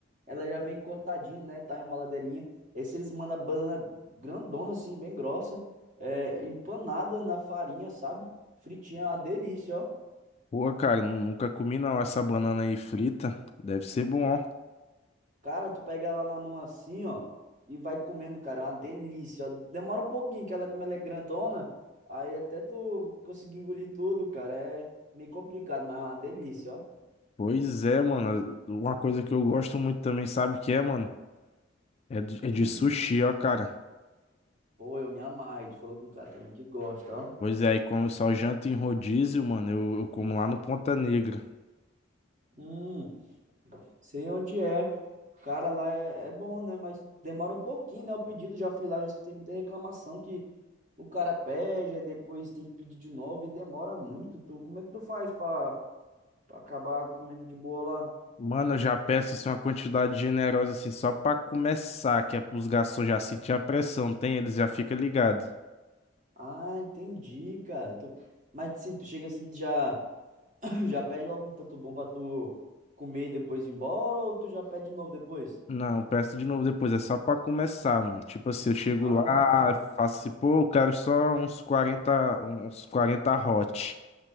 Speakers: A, on the right (about 40°); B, on the left (about 35°).
A: ela já vem cortadinha, né? Tá enroladeirinha. Esse eles mandam a banana grandona, assim, bem grossa, é, empanada na farinha, sabe? Fritinha, é uma delícia, ó.
B: Pô, cara, nunca comi não essa banana aí frita. Deve ser bom, ó.
A: Cara, tu pega ela na mão assim, ó, e vai comendo, cara. É uma delícia. ó. Demora um pouquinho, que ela, como ela é grandona, aí até tu conseguir engolir tudo, cara, é meio complicado, mas é uma delícia, ó.
B: Pois é, mano. Uma coisa que eu gosto muito também, sabe o que é, mano? É de, é
A: Hum,
B: de sushi, ó, cara.
A: pô, eu me amarro. E tu falou com um cara também que gosta, ó.
B: Pois é, aí como eu só janto em rodízio, mano, eu, eu como lá no Ponta Negra.
A: Hum, sei onde é. Cara, lá é, é bom, né? Mas demora um pouquinho, né? O pedido, já fui lá, já escutei muita reclamação que o cara pede, aí depois tem que pedir de novo e demora muito. Tu, como é que tu faz pra, pra acabar comendo de boa lá?
B: Mano, eu já peço assim uma quantidade generosa assim, só pra começar, que é pros garçons já sentir a pressão, tem? Eles já ficam ligados.
A: Ah, entendi, cara. Tu... Mas assim, tu chega assim, tu já <coughs> <clears throat> já pede logo um tanto bom pra tu comer e depois ir embora, ou tu já pede de novo depois?
B: Não, peço de novo depois, é só pra começar, mano. Tipo assim, eu chego
A: Ah,
B: lá,
A: tá.
B: faço assim, pô, eu quero só uns quarenta, uns quarenta hot,